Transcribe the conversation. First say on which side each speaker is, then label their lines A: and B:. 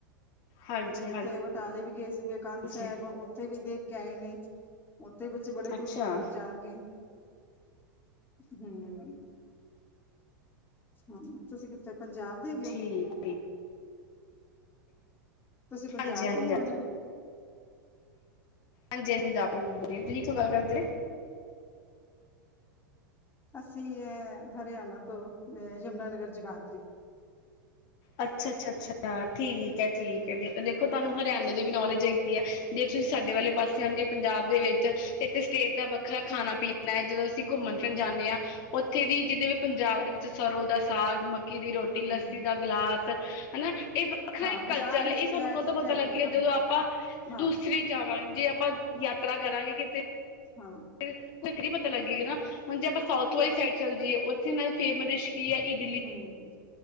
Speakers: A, on the left; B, on the left.
A: ਹਾਂਜੀ
B: ਹੁਣ ਉਥੇ ਬਟਾਲੇ ਵੀ ਗਏ ਸੀਗੇ ਕੰਧ
A: ਹਾਂਜੀ
B: ਸੈਬ ਓਥੇ ਵੀ ਦੇਖ ਕੇ ਆਏ ਨੇ। ਓਥੇ ਬੱਚੇ ਬੜੇ
A: ਅੱਛਾ
B: ਖੁਸ਼ ਹੋਏ ਨੇ ਜਾ ਕੇ ਹਮ। ਹਾਂ ਤੁਸੀਂ ਕਿੱਥੋਂ ਪੰਜਾਬ? ਦੇ ਹੈਗੇ
A: ਠੀਕ
B: ਹੋ ਤੁਸੀਂ ਪੰਜਾਬ
A: ਹਾਂਜੀ ਹਾਂਜੀ
B: ਤੋਂ ਬੋਲ ਰੇ ਓ?
A: ਹਾਂਜੀ ਪੰਜਾਬ ਤੋਂ ਬੋਲ ਰੀ ਆ, ਤੁਸੀਂ ਕਿਥੋਂ ਗੱਲ ਕਰਦੇ?
B: ਅਸੀਂ ਐ ਹਰਿਆਣਾ ਤੋਂ, ਅਹ ਯਮੁਨਾਨਗਰ ਜਗਾਦਰੀ।
A: ਅੱਛਾ-ਅੱਛਾ-ਅੱਛਾ ਠੀਕ ਐ, ਠੀਕ ਐ, ਠੀਕ ਐ ਫੇਰ ਤਾਂ ਦੇਖੋ ਤੁਹਾਨੂੰ ਹਰਿਆਣੇ ਦੇ ਵੀ ਨੌਲੇਜ ਹੈ। ਗੀਆ ਜੇ ਤੁਸੀਂ ਸਾਡੇ ਵਾਲੇ ਪਾਸੇ ਆਂਦੇ ਪੰਜਾਬ ਦੇ ਵਿੱਚ ਇੱਥੇ ਸਟੇਟ ਦਾ ਵੱਖਰਾ ਖਾਣਾ ਪੀਣਾ ਐ, ਜਦੋਂ ਅਸੀਂ ਘੁੰਮਣ ਫਿਰਨ ਜਾਂਨੇ ਆ ਓਥੇ ਦੀ ਜਿਦ ਵੀ ਪੰਜਾਬ ਦੇ ਵਿੱਚ ਸਰੋਂ ਦਾ ਸਾਗ ਮ ਮੱਕੇ ਦੀ ਰੋਟੀ
B: ਹੂੰ।
A: ਲੱਸੀ ਦਾ ਗਲਾਸ ਹਨਾ ਏ ਵੱਖਰਾ
B: ਹਾਂ
A: ਇੱਕ
B: ਪੰਜਾਬ
A: ਕਲਚਰ
B: ਵਿੱਚ
A: ਐ, ਏ
B: ਤੇ
A: ਸਾਨੂੰ
B: ਇਹ
A: ਕਦੋਂ
B: ਚੀਜ਼ਾਂ
A: ਪਤਾ
B: ਹੈਗੀਆਂ
A: ਲੱਗੇਗਾ
B: ਨੇ
A: ਜਦੋਂ ਆਪਾਂ
B: ਹਾਂ
A: ਦੂਸਰੇ ਜਾਵਾਂ ਜੇ ਆਪਾਂ ਯਾਤਰਾ ਕਰਾਂਗੇ ਕਿਥੇ
B: ਹਾਂ।
A: ਫ ਫਿਰ ਈ ਪਤਾ ਲੱਗੇਗਾ ਨਾ, ਹੁਣ ਜੇ ਆਪਾਂ ਸਾਊਥ ਵਾਲੀ ਸਾਈਡ ਚੱਲ ਜੀਏ ਉੱਥੇ ਇਨਾਂ ਦੇ ਫੇਮਸ ਡਿਸ਼ ਕੀ ਐ ਇਡਲੀ
B: ਹਮ।